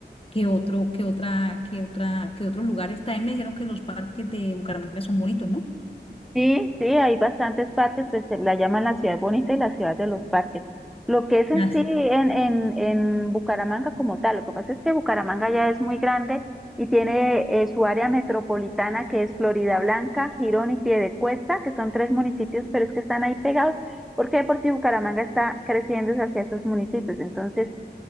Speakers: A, on the left; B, in the centre.
A: qué otro, qué otra, qué otra, qué otros lugares también me dijeron que los parques de Bucaramanga son bonitos, ¿no?
B: Sí, sí, hay bastantes parques, pues se la llaman la ciudad bonita y la ciudad de los parques. Lo que es en
A: Las,
B: sí en, en, en Bucaramanga como tal, lo que pasa es que Bucaramanga ya es muy grande y tiene eh, su área metropolitana que es Florida Blanca, Girón y Piedecuesta, que son tres municipios, pero es que están ahí pegados, porque de por si Bucaramanga está creciendo hacia esos municipios. Entonces,